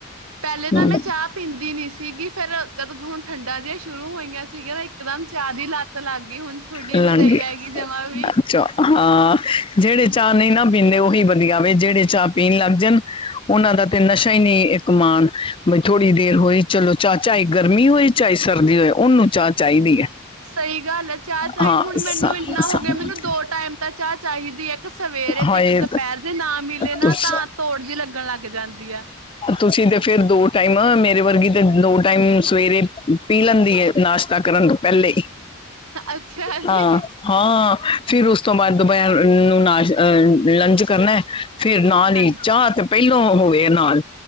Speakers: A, on the right; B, on the left.
A: ਪਹਿਲੇ ਤਾਂ
B: ਹਮ,
A: ਮੈਂ ਚਾਹ ਪੀਂਦੀ ਨੀ ਸੀਗੀ। ਫੇਰ ਜਦ ਹੁਣ ਠੰਡਾ ਜਿਹਾ। ਸ਼ੁਰੂ ਹੋਈਆਂ ਸੀਗੀਆਂ ਇਕਦਮ ਚਾਹ ਦੀ ਲਤ ਲੱਗ ਗਈ ਹੁਣ। ਛੁੱਡੀ
B: ਲਗੇ
A: ਨੀ ਰਹੀ ਹੈਗੀ ਜਮਾਂ ਵੀ
B: ਅੱਛੋ ਹਾ। <inaudible> ਜਿਹੜੇ ਚਾਹ ਨਹੀਂ ਨਾ ਪੀਂਦੇ ਉਹੀ ਵਧੀਆ ਵੇ ਜਿਹੜੇ ਚਾਹ ਪੀਣ ਲੱਗ ਜਾਣ ਉਹਨਾਂ ਦਾ ਤੇ ਨਸ਼ਾ ਹੀ ਨਹੀਂ ਇੱਕ ਮਾਣ ਬਈ ਥੋੜ੍ਹੀ ਦੇਰ ਹੋਈ ਚਲੋ ਚਾਹ ਚਾਹੇ ਗਰਮੀ ਹੋਏ ਚਾਹੇ ਸਰਦੀ ਹੋਏ ਉਹਨੂੰ ਚਾਹ ਚਾਹੀਦੀ ਹੈ।
A: ਸਹੀ ਗੱਲ ਹੈ ਚਾਹ ਚਾਹੀ।
B: ਹਾਂ
A: ਹੁਣ
B: ਸ-
A: ਮੈਨੂੰ ਇੰਨਾ
B: ਸ-
A: ਹੋ ਗਿਆ ਮੈਨੂੰ ਦੋ ਟਾਈਮ ਤਾਂ ਚਾਹ ਚਾਹੀਦੀ ਹੈ ਇੱਕ ਸਵੇਰੇ
B: ਹਾਏ
A: ਤੇ ਇੱਕ ਦੁਪਹਿਰ ਜੇ ਨਾ ਮਿਲੇ ਨਾ
B: ਤੁਸ
A: ਤਾਂ ਤੋੜ ਜਿ ਲੱਗਣ ਲੱਗ ਜਾਂਦੀ ਆ।
B: ਤੁਸੀਂ ਤੇ ਫਿਰ ਦੋ ਟਾਈਮ ਮੇਰੇ ਵਰਗੀ ਤੇ ਦੋ ਟਾਈਮ ਸਵੇਰੇ ਪੀ ਲੈਂਦੀ ਹੈ ਨਾਸ਼ਤਾ ਕਰਨ ਤੋਂ ਪਹਿਲੇ।
A: ਅੱਛਾ ਜੀ
B: ਹਾਂ ਹਾਂ ਫਿਰ ਉਸ। ਉਸ ਤੋਂ ਬਾਅਦ ਦੁਬਿਆ ਨੂੰ ਨਾਸ਼ ਅਹ ਲੰਚ ਕਰਨਾ। <inaudible> ਫ਼ਿਰ ਨਾਲੀ
A: ਹਾਂਜੀ
B: ਚਾਹ ਤੇ ਪਹਿਲ। ਹੋਵੇ ਨਾਲ।